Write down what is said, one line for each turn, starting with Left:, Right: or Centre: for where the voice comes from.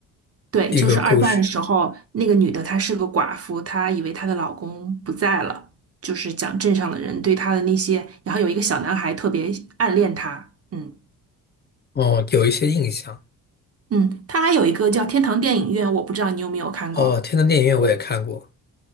Right: 对，
Left: 一个故事，
Right: 就是二战的时候，那个女的她是个寡妇，她以为她的老公不在了，就是讲镇上的人对她的那些，然后有一个小男孩特别暗恋她，嗯
Left: 哦，有一些印象。
Right: 嗯，她还有一个叫《天堂电影院》，我不知道你有没有看过，
Left: 哦，天堂电影院我也看过，